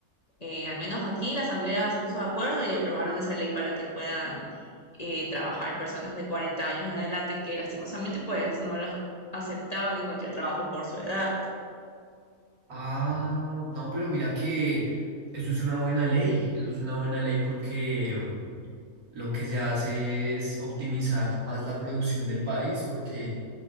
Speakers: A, on the left; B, on the right.
A: eh, al menos aquí la Asamblea se puso de acuerdo y aprobaron esa ley para que puedan eh, trabajar personas de 40 años en adelante que lastimosamente pues no las aceptaban en cualquier trabajo por su edad.
B: Ah, no, pero mira que eso es una buena ley, eso es una buena ley porque mm, lo que se hace es optimizar más la producción del país, porque